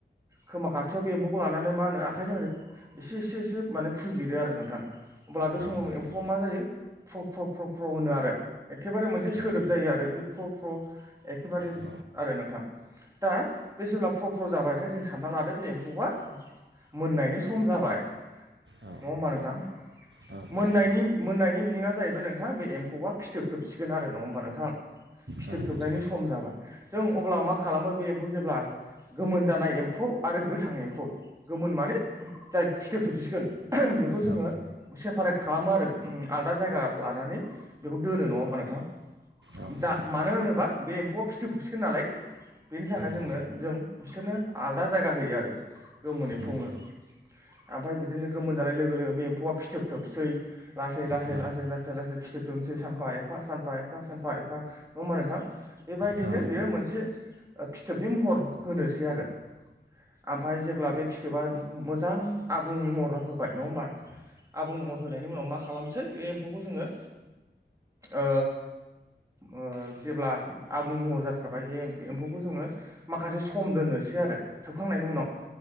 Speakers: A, on the right; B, on the right.
A: खोमा खाथियाव बे एम्फौखो आखौ लानानै मा होनो आखाइजों ओरै एसे एसे एसे माने फुजलिदो आरो नोंथां। अब्ला बे समाव
B: औ नोंथां
A: एम्फौआ मा जायो फ्र' फ्र' फ्र' फ्र' होनो आरो। एखेबारे मोनसे सोदोब
B: औ
A: जायो आरोखि। फ्र' फ्र' एखेबारे
B: औ
A: आरो नोंथां। दा बे जेब्ला फ्र' फ्र' जाबायथाय जों सानना लादो बे एम्फौआ मोननायनि सम जाबाय।
B: औ
A: नङा होमबा नोंथां?
B: औ नोंथां
A: मोननायनि, मोननायनि मिनिआ जाहैबाय नोंथां बे एम्फौआ फिथोब थोबसिगोन आरो नङा होमबा नोंथां? फिथोब
B: औ नोंथां
A: थोबनायनि सम जाबाय। जों अब्ला मा खालामो बे एम्फौ जेब्ला, गोमोन जानाय एम्फौ आरो गोथां एम्फौ गोमोन माने जाय फिथोब थोबसिगोन <inaudible> बेखौ जोंङो
B: औ
A: सेपारेट खालामो आरो। आलदा जायगा लानानै बेखौ दोनो नङा होमबा नोंथां? <inaudible>
B: औ नोंथां
A: जा मानो होनोबा बे एम्फौआ फिथो खोबसिगोन नालाय? बेनि थाखाय जोंनो
B: औ
A: जों बिसोरनो आलादा जायगा होयो आरो गोमोनो
B: औ
A: एम्पौनो। ओम फ्राय बिदिनो गोमोन जानाय लोगो लोगो बे एम्फौआ फिथोब थोबनोसै। लासै, लासै,
B: नोंथां औ
A: लासै, लासै, लासै <unintelligible> फिथोब थोबनोसै। सानफा एफा, सानफा एफा, सानफा एफा नङा होमबा नोंथां? बेबायदिनो
B: नोंथां औ नोंथां औ नोंथां औ
A: बेयो मोनसे <inaudible> फिथोबनि महर होनोसै आरो। ओमफ्राय जेब्ला बे फिथोबा मोजां आबुं महर होबाय नङा हमबा? आबुं महर होनायनि उनाव मा खालामनोसै बे एम्फौखौ जोंङो ओ ओ जेब्ला आबुं महर जाथारबाय बे एम्फौखौ जोंङो <inaudible> माखासे सम दोननोसै आरो थोबखांनायनि उनाव।